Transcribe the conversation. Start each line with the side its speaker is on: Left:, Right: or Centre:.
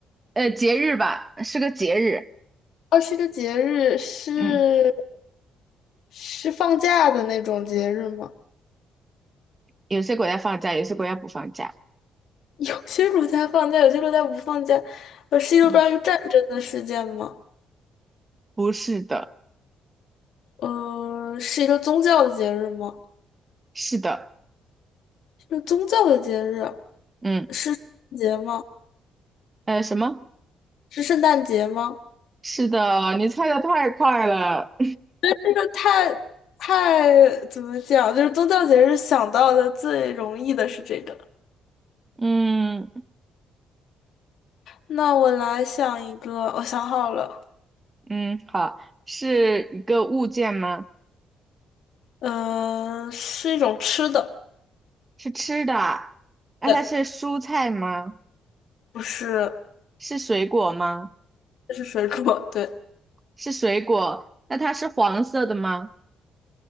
Right: 呃节日吧，是个节日。
Left: 哦，是个节日，是
Right: 嗯，
Left: 是放假的那种节日吗？
Right: 有些国家放假，有些国家不放假。
Left: 有些国家放假，有些国家不放假。呃，是一个关于战争的事件吗？
Right: 嗯，不是的，
Left: 呃，是一个宗教的节日吗？
Right: 是的，
Left: 是宗教的节日，
Right: 嗯
Left: 是节吗？
Right: 呃什么？
Left: 是圣诞节吗？
Right: 是的，你猜的太快了。
Left: 这个太太怎么讲？就是宗教节日想到的最容易的是这个。
Right: <laughs> 嗯。
Left: 那我来想一个，我想好了，
Right: 嗯，好，是一个物件吗？
Left: 嗯、是一种吃的，
Right: 是吃的啊那它是蔬菜吗？
Left: 对，不是，
Right: 是水果吗？
Left: 这是水果，对，
Right: 是水果，那它是黄色的吗？